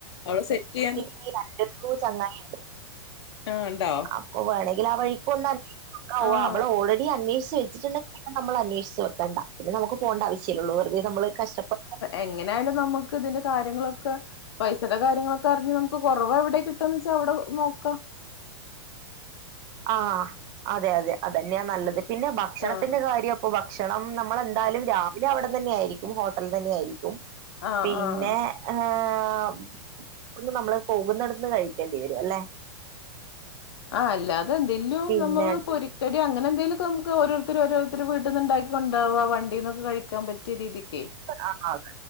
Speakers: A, on the left (about 70°); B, on the right (about 25°).
A: അവള് സെറ്റ് ചെയ്യാൻ
B: എനിക്ക് രണ്ട് മൂന്നു ചെങ്ങയി ഇണ്ട്
A: ആ ഉണ്ടോ
B: അപ്പ വേണങ്കിൽ ആ വഴിക്ക് ഒന്ന് അന്വേഷിച്ചു നോക്കാ
A: ആഹ്
B: അവള് ഓൾറെഡി അന്വേഷിച്ച വെച്ചിട്ടുണ്ടെൽ നമ്മ അന്വേഷിച്ച് വെക്കണ്ട പിന്നെ നമക്ക് പോണ്ട ആശ്യലുള്ളൂ വെറുതെ നമ്മ കഷ്ടപ്പെടാനാടാ
A: എങ്ങനെയായാലും നമുക്ക് ഇതിന്റെ കാര്യങ്ങളൊക്കെ പൈസയുടെ കാര്യങ്ങളൊക്കെ അറിഞ് നമുക്ക് കുറവ് എവിടെ കിട്ടന്ന് വെച്ചാ അവിടെ നോക്കാം
B: ആഹ് അതെ അതെ അതന്നെയാ നല്ലത് പിന്നെ ഭക്ഷണത്തിന്റെ
A: ആഹ്
B: കാര്യം ഇപ്പൊ ഭക്ഷണം നമ്മൾെന്തായാലും രാവിലെ അവിടെ തന്നെ ആയിരിക്കും ഹോട്ടൽ തന്നെ ആയിരിക്കും
A: ആഹ്
B: പിന്നെ
A: ആഹ്
B: ആഹ് പിന്നെ നമ്മള് പോകുന്നിടന്ന് കഴിക്കേണ്ടി വരുംല്ലെ
A: ആ അല്ലാതെ എന്തെലും
B: പിന്നെ
A: നമ്മള് പൊരി എടി അങ്ങനെന്തെലുംക്കെ നമുക്ക്ഓരോരുത്തർ ഓരോരുത്തൊരു വീട്ടിൽ നിന്ന്ണ്ടാക്ക കൊണ്ടവാ വണ്ടീന്നക്കെ കഴിക്കാൻറ്റും പറ്റിയ രീതിക്ക്
B: ആ അ